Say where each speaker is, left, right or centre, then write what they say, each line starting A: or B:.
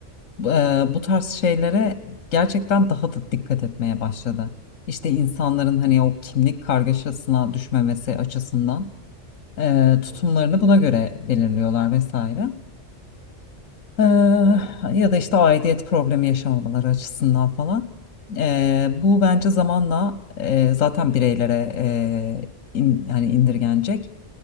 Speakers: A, on the left; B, on the left.
A: bu ee, bu tarz şeylere gerçekten daha da dikkat etmeye başladı. İşte insanların hani o kimlik kargaşasına düşmemesi açısından e, tutumlarını
B: Hı hı.
A: buna göre belirliyorlar vesaire. E,
B: Evet.
A: ya da işte aidiyet problemi yaşamamaları açısından falan. E, bu bence zamanla e, zaten bireylere e, in- yani indirgenecek.